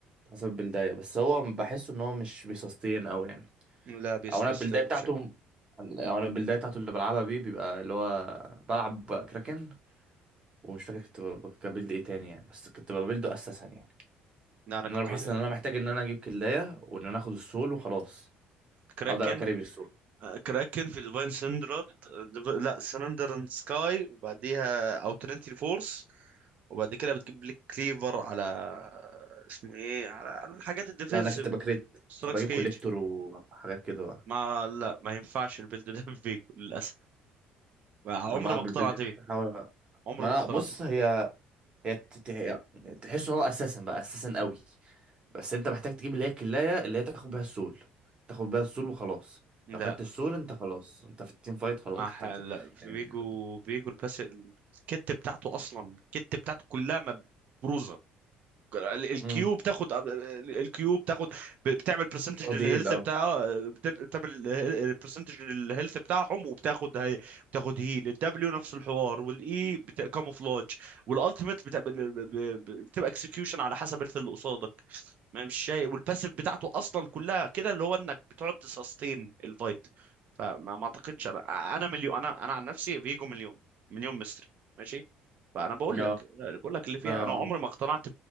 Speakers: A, on the right; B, on the right.
A: حسب البلداية بس هو بحسه ان هو مش بيسستين او يعني
B: لا بيستسلم
A: او انا البلداية بتاعته
B: بشكل
A: او انا البلداية بتاعته اللي بلعبها بيه بيبقى اللي هو بلعب كراكن ومش فاكر كنت ب- ب- ببيلد ايه تاني يعني بس كنت ببيلده اساسا يعني
B: لا انا
A: ان
B: كنت
A: انا بحس
B: بقى
A: ان انا محتاج ان انا اجيب كلاية وان انا اخد السول وخلاص
B: كراكن
A: اقدر اكاري بالسول
B: آه، كراكن في ديفاين سندرد لا سندر اند سكاي وبعديها او ترينتي فورس وبعد كده بتجيب لك كليفر على اسمه ايه على على الحاجات الديفنسيف
A: لا انا كنت بكريت
B: ستراكس
A: بجيب
B: كيج
A: كوليكتور وحاجات كده بقى
B: ما لا ما ينفعش البيلد ده <laughs> فيجو للاسف ما- عمري
A: انا بلعب
B: ما اقتنعت
A: بالبلد دي
B: بيه
A: بحاول
B: عمري
A: ما
B: ما اقتنعت
A: بص
B: بيه
A: هي هي تت- هي- تحس ان هو اساسا بقى اساسا قوي بس انت محتاج تجيب اللي هي الكلاية اللي هي تاخد بيها السول تاخد بيها السول وخلاص
B: لا
A: لو خدت السول انت خلاص انت في التيم فايت خلاص
B: مع حال
A: انت هت- أيوة.
B: بيجو بيجو الباس الكت بتاعته اصلا الكت بتاعته كلها مبروزه ال- الكيو
A: امم
B: بتاخد الكيو بتاخد ب- بتعمل برسنتج
A: تضيل
B: للهيلث
A: اه
B: بتاعها بت- بتعمل برسنتج للهيلث بتاعهم وبتاخد هي بتاخد هيل الدبليو نفس الحوار والاي كاموفلاج والالتيميت بتعمل ب- ب- بتبقى اكسكيوشن على حسب الهيلث اللي قصادك ما مش شايف والباسيف بتاعته اصلا كلها كده اللي هو انك بتقعد تسستين الفايت فما ما اعتقدش انا انا مليون انا انا عن نفسي فيجو مليون مليون مستري ماشي فانا بقول
A: اه
B: لك بقول لك اللي فيها
A: اه آه.
B: انا عمري ما اقتنعت